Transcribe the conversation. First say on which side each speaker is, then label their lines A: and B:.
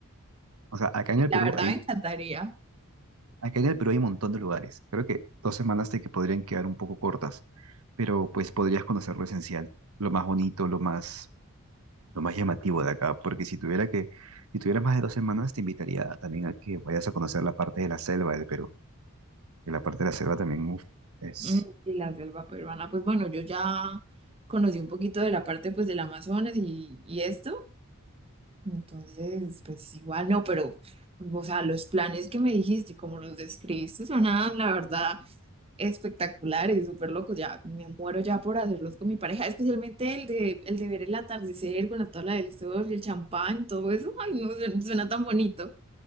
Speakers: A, on the right (about 80°); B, on the right (about 25°).
A: O sea, acá en el
B: La
A: Perú
B: verdad
A: hay
B: me encantaría.
A: Acá en el Perú hay un montón de lugares. Creo que dos semanas te que podrían quedar un poco cortas, pero pues podrías conocer lo esencial, lo más bonito, lo más, lo más llamativo de acá. Porque si tuviera que, si tuvieras más de dos semanas, te invitaría a- también a que vayas a conocer la parte de la selva del Perú. Y la parte de la selva también, uf, es.
B: Mm, Y la selva peruana, pues bueno, yo ya conocí un poquito de la parte pues del Amazonas y, y esto, entonces pues igual no, pero o sea, los planes que me dijiste y como los describiste sonaban la verdad espectaculares, súper locos, ya me muero ya por hacerlos con mi pareja, especialmente el de, el de ver el atardecer con la tabla del surf y el champán, todo eso, ay no, suena, suena tan bonito.